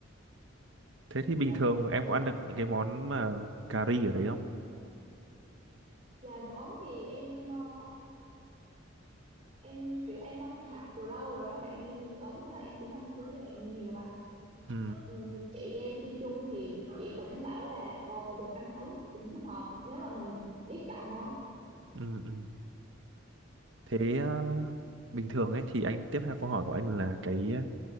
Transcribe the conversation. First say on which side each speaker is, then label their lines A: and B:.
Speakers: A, on the right (about 65°); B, on the right (about 35°).
A: thế thì bình
B: dạ
A: thường em
B: thì
A: có ăn được những cái món mà cà ri ở đấy không
B: dạ đồ Ấn thì em ờ, em kiểu em ăn hạp từ lâu rồi á bạn em người Ấn nên là em cũng ăn chung với bạn nhiều và
A: ừ,
B: ừm, chị em đi chung thì chị cũng bảo là ờ, đồ ăn Ấn cũng hợp nếu mà mình biết chọn món
A: ừ, ừ. thế à, bình thường ấy thì anh tiếp theo câu hỏi của anh là cái ờ,